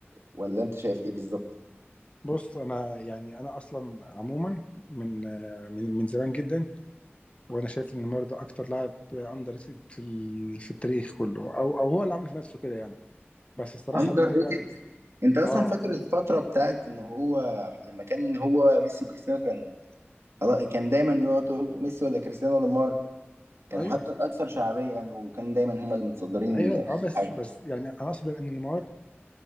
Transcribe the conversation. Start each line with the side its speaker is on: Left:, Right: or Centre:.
Right: ولا انت شايف ايه بالظبط
Left: بص انا يعني انا اصلا عموما من آه، من من زمان جدا وانا شايف ان نيمار ده اكتر لاعب اندر ريتد في ال- في التاريخ كله او او هو اللي عامل في نفسه كده يعني بس الصراحه
Right: اندر
Left: نيمار
Right: ريتد
Left: يعني
Right: انت اصلا
Left: اه
Right: فاكر الفتره بتاعت ان هو لما كان هو ميسي وكريستيانو كان خلاص- كان دايما يقعدوا يقولوا ميسي ولا كريستيانو ولا نيمار كانوا
Left: ايوه
Right: حتى الاكثر شعبيه يعني وكان دايما هم اللي متصدرين
Left: ايوه اه
Right: كل
Left: بس
Right: حاجه
Left: بس يعني انا اقصد ان نيمار